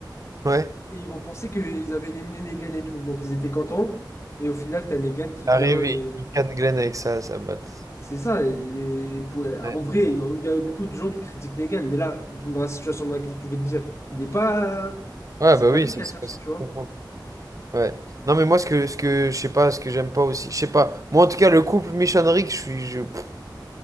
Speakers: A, on the right; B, on the left.
A: Ouais.
B: Et ils vont penser qu'ils avaient éliminé Negan et tout. Donc ils étaient contents. Et au final, t'as Negan qui
A: Arrivé,
B: vient et.
A: il canne Glenn avec ça, ça batte.
B: C'est ça, et, et pour- en
A: Ouais.
B: vrai, il y a beaucoup de gens qui critiquent Negan, mais là, dans la situation dans laquelle je vais te dire, il n'est pas.
A: Ouais,
B: C'est
A: bah
B: pas
A: oui,
B: lui
A: ça
B: qui a
A: se
B: cherché,
A: ça se
B: tu vois.
A: comprend. Ouais. Non, mais moi, ce que, ce que je sais pas, ce que j'aime pas aussi, je sais pas. Moi, en tout cas, le couple Michonnerie, je suis je- pff,